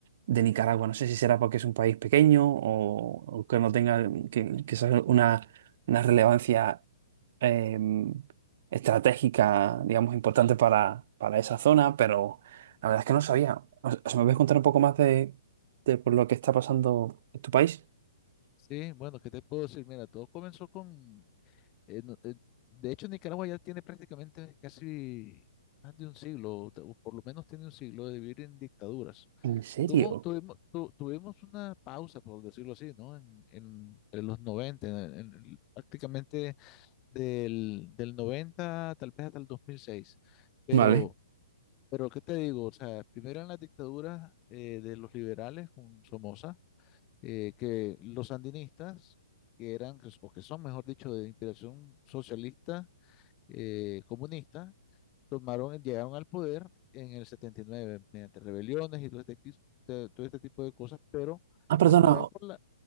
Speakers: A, on the right (about 45°); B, on the left (about 25°).
A: de Nicaragua. No sé si será porque es un país pequeño o, o que no tenga que, que sea una, una relevancia eh, estratégica, digamos, importante para, para esa zona, pero la verdad es que no sabía. O sea, ¿me puedes contar un poco más de de por lo que está pasando en tu país.
B: Sí, bueno, ¿qué te puedo decir? Mira, todo comenzó con... eh, no- eh, de hecho, Nicaragua ya tiene prácticamente casi más de un siglo, o te- o por lo menos tiene un siglo de vivir en dictaduras.
A: ¿En serio?
B: Tuvo, tuvimos, tu- tuvimos una pausa, por decirlo así, ¿no? En, en- en los 90 en- en- en- prácticamente del, del 90 tal vez hasta el dos mil seis Pero
A: Vale.
B: Pero ¿qué te digo? O sea, primero en las dictaduras eh, de los liberales con Somoza, eh, que los sandinistas, que eran, que s- o que son, mejor dicho, de inspiración socialista, eh, comunista, tomaron, eh, llegaron al poder en el 79 mediante rebeliones y todo este, tis- te- todo este tipo de cosas, pero
A: Ah, perdona,
B: apoyados por la...